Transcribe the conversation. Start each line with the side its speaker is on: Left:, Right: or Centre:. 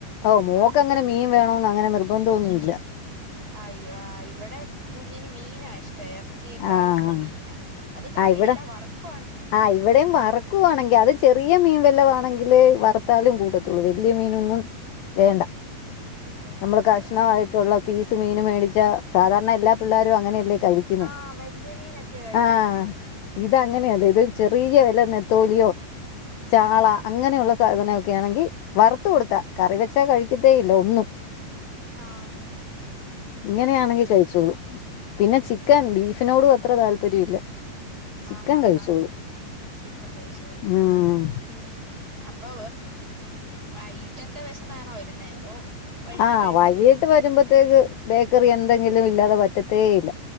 Left: ഓ മോക്ക്
Right: ആഹ്
Left: അങ്ങനെ മീൻ വേണന്ന് അങ്ങനെ നിർബന്ധം ഒന്നും ഇല്ല
Right: അയ്യോ ഇവിടെ കുഞ്ഞന് മീനാ ഇഷ്ടം ഇറച്ചിയെക്കാളും
Left: ആഹ്
Right: ഇഷ്ടം മീനാ അത് കറിയല്ല
Left: ആഹ് ഇവിടെ
Right: വറക്കു
Left: ആഹ് ഇവിടെയും വറക്കുവാണെങ്കിൽ അത് ചെറിയ മീൻ വെല്ലവാണെങ്കിൽ വറു- വറുത്താലും കൂടത്തുള്ളൂ വലിയ മീനൊന്നും വേണ്ട
Right: വേണ്ടല്ലേ
Left: നമ്മള് കഷ്ണമായിട്ടുള്ള
Right: ആഹ്
Left: പീസ് മീൻ മേടിച്ച സാധാരണ എല്ലാ പിള്ളാരും അങ്ങനെയല്ലേ കഴിക്കുന്നെ
Right: ആഹ് വല്യ മീനൊക്കെയാ കഴിക്കുന്നേ
Left: ആ ഇതങ്ങനെ അല്ല ചെറിയ വല്ല നെത്തോലിയോ ചാള അങ്ങനെയുള്ള സാധനൊക്കെ ആണെങ്കി വറുത്ത് കൊടുത്താ കറി വെച്ചാ കഴിക്കത്തേ ഇല്ല ഒന്നും
Right: ആ
Left: ഇങ്ങനെയാണെങ്കിൽ കഴിച്ചോളും പിന്നെ
Right: ഓഹോ
Left: ചിക്കൻ ബീഫിനോടും അത്ര താല്പര്യം ഇല്ല
Right: ആ
Left: ചിക്കൻ
Right: ആ
Left: കഴിച്ചോളും
Right: ആ ചിക്കൻ കഴിച്ചോളും
Left: ഉം
Right: ഉം അപ്പൊ വൈകിട്ടൊക്കെ വിശന്നാണോ വരുന്നേ അതോ വൈകിട്ട്
Left: ആഹ്
Right: കഴിപ്പൊന്നുല്ല
Left: വൈകീട്ട് വരുമ്പോത്തേക്ക് ബേക്കറി എന്തെങ്കിലും ഇല്ലാതെ പറ്റത്തേ ഇല്ല